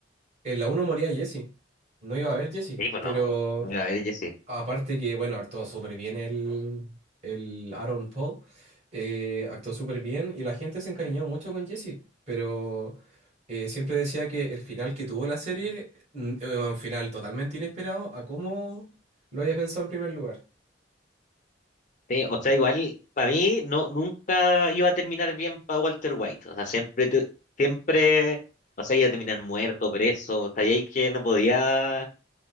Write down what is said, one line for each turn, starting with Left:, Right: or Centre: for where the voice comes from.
Right: en la uno moría Jesse. No iba a haber Jesse,
Left: Sí, pues
Right: pero
Left: no, no, a ver, yo sí.
Right: aparte que, bueno, actuó súper bien el, el Aaron Paul, eh, actuó súper bien y la gente se encariñó mucho con Jesse, pero eh, siempre decía que el final que tuvo la serie, mm, era un final totalmente inesperado a cómo lo había pensado en primer lugar.
Left: Sí, o sea, igual, para mí, no, nunca iba a terminar bien para Walter White, o sea, siempre, tu- siempre, o sea, iba a terminar muerto, preso, o sea, y ahí que no podía